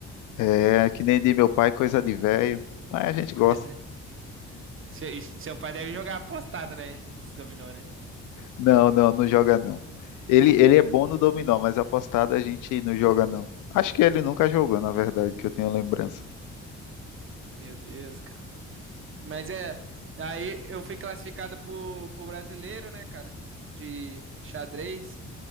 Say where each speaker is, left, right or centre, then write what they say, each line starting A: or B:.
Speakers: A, on the left (about 85°); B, on the right (about 45°).
A: É, que nem de meu pai, coisa de velho. Mas a gente gosta.
B: <laughs> Coisa- Seu, e seu pai deve jogar apostado, né? Esse dominó, né?
A: Não, não, não joga não. Ele, ele é bom no dominó, mas apostado a gente não joga não. Acho que ele nunca jogou, na verdade, que eu tenho lembrança.
B: Meu Deus, cara. Mas é. Aí eu fui classificado pro, pro brasileiro, né, cara? De xadrez.